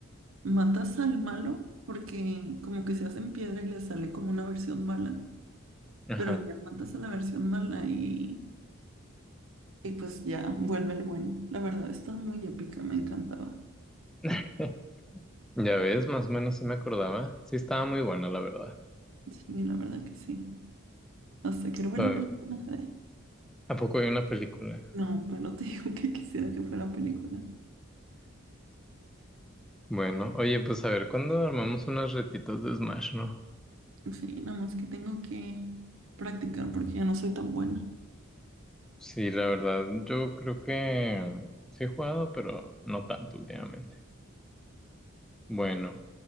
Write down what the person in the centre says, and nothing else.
Ajá.
<laughs> Ya ves, más o menos sí me acordaba. Sí estaba muy buena, la verdad.
O
sea,
¿A poco hay una película?
Bueno, oye, pues a ver, ¿cuándo armamos unas retitas de Smash, no?
Sí, la verdad, yo creo que sí he jugado, pero no tanto últimamente. Bueno,